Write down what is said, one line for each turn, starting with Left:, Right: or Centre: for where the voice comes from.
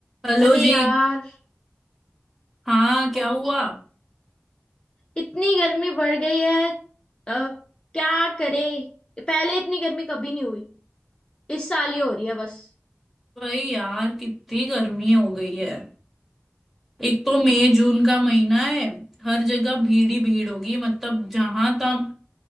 Centre: हेलो
Left: अरे
Centre: जी
Left: यार
Centre: हाँ क्या
Left: ओह
Centre: हुआ
Left: इतनी गर्मी बढ़ गई है अ, क्या करें पहले इतनी गर्मी कभी नहीं हुई इस साल ही हो रही है बस
Centre: भाई यार कितनी गर्मी हो गई है एक तो मई जून का महीना है हर जगह भीड़ ही भीड़ होगी मतलब जहां तक